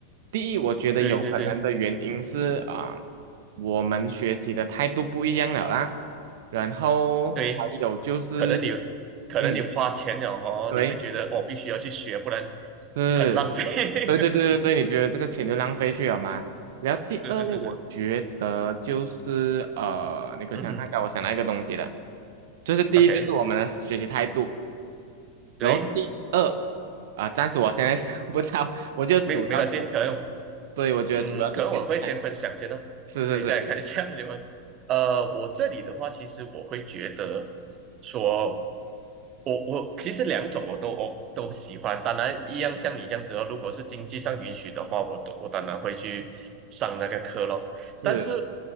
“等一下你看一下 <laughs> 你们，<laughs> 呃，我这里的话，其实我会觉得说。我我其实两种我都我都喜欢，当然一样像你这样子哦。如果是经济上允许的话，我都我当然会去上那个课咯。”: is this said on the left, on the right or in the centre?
Right